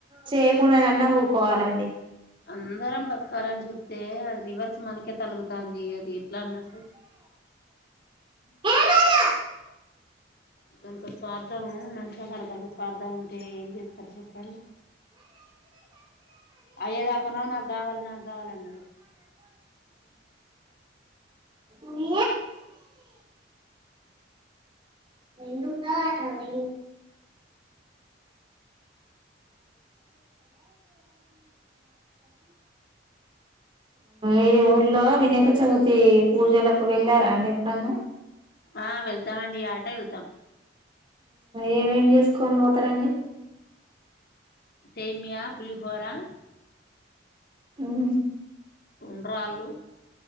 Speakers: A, on the right (about 25°); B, on the left (about 55°).
A: చేయకుండానన్నా వ్కోవాలండి
B: అందరం బతుకాలని చూస్తతే అది రివర్స్ మనకే తలుగుతుంది అది ఎట్లా అన్నట్టు
A: రాద
B: అంత స్వార్థం నంచిసారికి అంత స్వార్ధం ఉంటే ఏం చెప్తారు చెప్పండి అయేదాకనావు నాకు కావాలి నాకు కావాలన్నారు
A: మీ రెడుూ కట రె ఈ ఊర్లో వినాయక చవితి పూజలకు వెళ్ళారా అండి ఎప్పుడన్నా
B: ఆ వెళ్తామండి ఆట వెళ్తాం
A: ఏమేం చేసుకో కొని పోతారంండి
B: సేమయా పులిహోరా
A: అవు
B: టుండ్రాలుు